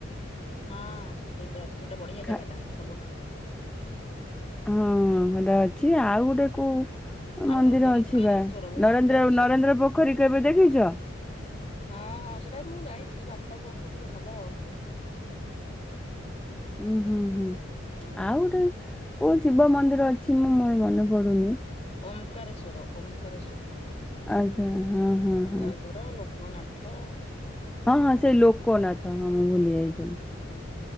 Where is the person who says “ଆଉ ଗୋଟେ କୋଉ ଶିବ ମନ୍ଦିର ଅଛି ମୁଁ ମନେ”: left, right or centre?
Centre